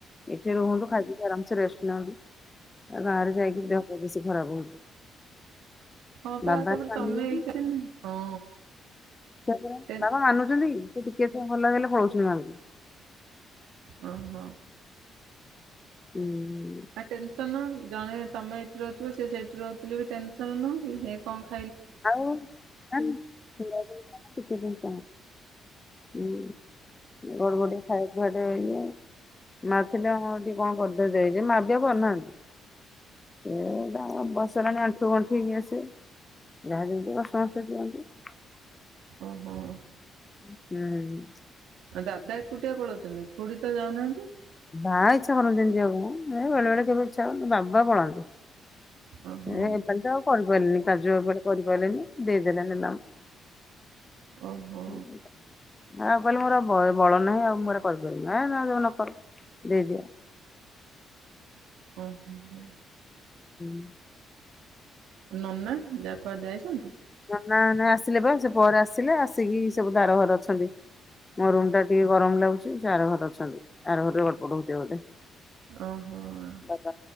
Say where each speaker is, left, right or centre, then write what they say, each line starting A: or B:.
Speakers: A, on the left; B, on the right.
A: ଏଠି ରୁହନ୍ତୁ ଖାଇପିଇ ଆରମସେ ରେଷ୍ଟ ନିଅନ୍ତୁ ଗାଁରେ ଯାଇକି ଦେହ ଫେଅ ବେଶୀ ଖରାପ ହଉଛି।
B: ହଁ ପା
A: ବାବା
B: ତାପରେ
A: ମାନିବେ
B: ତମେ ଏଇଠି ହଁ
A: ସେ
B: ଟେନ୍
A: ବାବା ମାନୁଛନ୍ତି ସେ ଟିକେ ଭଲ ହେଲେ ପଳଉଛନ୍ତି ଗାଁକୁ।
B: ଓହୋ।
A: ହୁଁ।
B: ଆଟେନସନ ଜଣେ ତମେ ଏଇଠି ରହୁଥିବ ସେ ସେଇଠି ରହୁଥିଲେ ବି ଟେନସନ ନୁହଁ କି ହେ କଣ ।
A: ଆଉ କିଛି ଜିନିଷ? ହୁଁ ଗରମଟେ ଖାଇବା ପିବା ଟିକେ ଇଏ ମା ଥିଲା ହଁ ଟିକେ କଣ କରିଦେ ଦେଇଦେ ମା ବି ଆଉ ପାରୁନାହାନ୍ତି । ଏଟା ବୟସ ହେଲାଣି ଆଣ୍ଠୁ ଗଣ୍ଠି ଇଏ ସେ ଯାହା ଯେମିତି କଷ୍ଟେ ମଷ୍ଟେ ଦିଅନ୍ତି ।
B: ଓହୋ।
A: ହୁଁ।
B: ଆଉ ଦାଦା ଏକୁଟିଆ ପଳାଉଛନ୍ତି ଖୁଡି ତ ଯାଉନାହାନ୍ତି ।
A: ବା ଇଚ୍ଛା କରନ୍ତିନି ଯିବାକୁମ ଏ ବେଳେ ବେଳେ କେବେ ଇଚ୍ଛା ହବ ବାବା ପଳାନ୍ତି।
B: ଓହୋ
A: ଏପାଳି ତ ଆଉ କରିପାରିଲେନି କାଜୁ ଏପର କରିପାରିଲେନି ଦେଇଦେଲେ। <unintelligible>
B: ଓହୋ।
A: ଆଉ କହିଲେ ମୋର ଆଉ ବଳ ନାହିଁ ଆଉ ମୁଁ ଏଗୁରା କରିପାରିବିନି ଏଁ ଯଉ ନକର ଦେଇଦିଅ।
B: ଉଁ ହୁଁ ହୁଁ।
A: ହୁଁ <unintelligible>
B: ନନା ଯା କୁୁଆଡେ ଯାଇଚନ୍ତି?
A: ନନା ନାଇଁ ଆସିଲେ ପା, ସେ ପରେ ଆସିଲେ, ଆସିକି ସେ ବୋଧେ ଆର ଘରେ ଅଛନ୍ତି। ମୋ ରୁମଟା ଟିକେ ଗରମ ଲାଗୁଛି, ସେ ଆର ଘରେ ଅଛନ୍ତି ଆର ଘରେ ଗଡପଡ ହଉଥିବେ ବୋଧେ।
B: ଓହୋ। ଆଉ
A: ବାବା